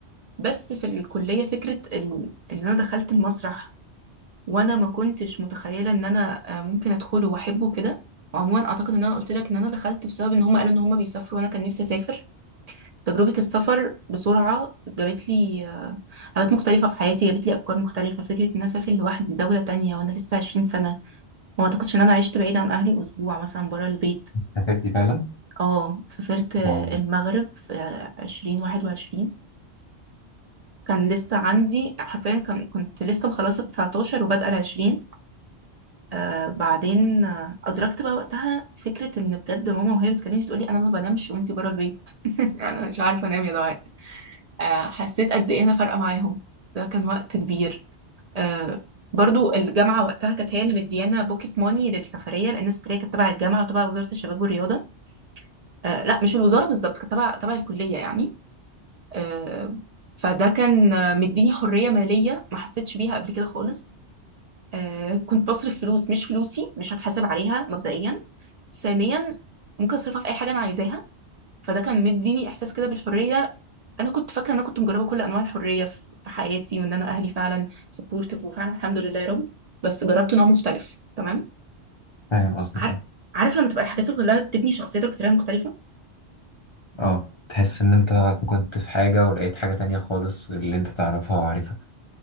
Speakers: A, on the right (about 50°); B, on the left (about 35°).
A: بس في الكلية فكرة ال- ان انا دخلت المسرح وانا ما كنتش متخيلة ان انا آه، ممكن ادخله واحبه كده عموما اعتقد ان انا قلت لك ان انا دخلت بسبب ان هم قالوا ان هم بيسافروا وانا كان نفسي اسافر تجربة السفر بسرعة جابت لي آه، حاجات مختلفة في حياتي جابت لي افكار مختلفة فكرة ان انا اسافر لوحدي دولة تانية وانا لسه 20 سنة وما اعتقدش ان انا عشت بعيد عن اهلي اسبوع مثلا برا البيت
B: سافرتي فعلا
A: اه سافرت آه،
B: واو
A: المغرب في عشرين واحد وعشرين، كان لسه عندي حرفيا كان كنت لسه مخلصة 19 وبادئة العشرين آه بعدين آه أدركت بقى وقتها فكرة إن بجد ماما وهي بتكلمني تقولي أنا ما بنامش وأنتي بره البيت <laughs> أنا مش عارفة أنام يا دعاء آه حسيت قد إيه أنا فارقة معاهم ده كان وقت كبير آه برضو الجامعة وقتها كانت هي اللي مديانا بوكيت موني للسفرية لأن السفرية كانت تبع الجامعة وتبع وزارة الشباب والرياضة آه لا مش الوزارة بالظبط كانت تبع تبع الكلية يعني آه فده كان آه، مديني حرية مالية ما حسيتش بيها قبل كده خالص آه كنت بصرف فلوس مش فلوسي مش هتحاسب عليها مبدئيا ثانيا ممكن اصرفها في اي حاجه انا عايزاها فده كان مديني احساس كده بالحريه انا كنت فاكره ان انا كنت مجربه كل انواع الحريه في في حياتي وان انا اهلي فعلا سبورتيف وفعلا الحمد لله يا رب بس جربت نوع مختلف تمام
B: فاهم قصدك
A: عارف عارف لما تبقى الحاجات كلها بتبني شخصيتك بطريقه مختلفه
B: اه تحس ان انت كنت في حاجة ولقيت حاجة تانية خالص غير اللي انت تعرفها وعارفها